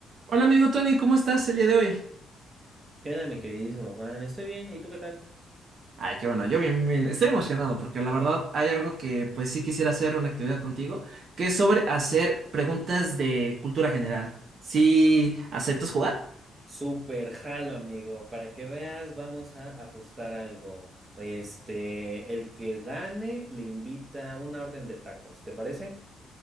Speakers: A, on the right; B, on the right.
A: Hola amigo Tony, ¿cómo estás el día de hoy?
B: ¿Qué onda, mi queridísimo Juan? Estoy bien, ¿y tú qué tal?
A: Ay, qué bueno, yo bien, bien. Estoy emocionado porque la verdad hay algo que pues sí quisiera hacer una actividad contigo, que es sobre hacer preguntas de cultura general. Si aceptas jugar?
B: Súper jalo, amigo. Para que veas, vamos a apostar algo. Oye, Este, el que gane le invita una orden de tacos, ¿te parece?